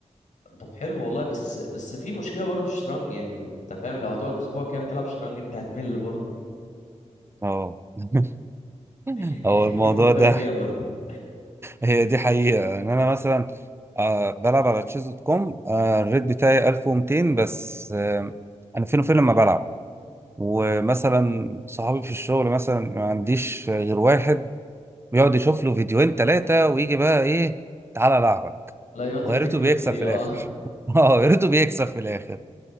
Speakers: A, on the left (about 80°); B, on the right (about 20°).
A: طب حلو والله بس بس في مشكله برضه في الشطرنج يعني انت فاهم لو هتقعد اسبوع كامل تلعب شطرنج انت هتمل برضه
B: اه <laughs>
A: <laughs> يعني
B: هو الموضوع
A: فكر
B: ده
A: فيها برضه
B: هي دي حقيقة ان انا مثلا آه، بلعب على تشيز دوت كوم آه، الريت بتاعي 1200 بس آه، انا فين وفين لما بلعب ومثلا صحابي في الشغل مثلا ما عنديش غير واحد بيقعد يشوف له فيديوهين ثلاثة ويجي بقى ايه تعالى العبك
A: لايفات
B: ويا
A: التيك
B: ريته
A: توك
B: بيكسب
A: دي
B: في
A: اه
B: الاخر
A: <laughs>
B: <laughs> اه يا ريته بيكسب في الاخر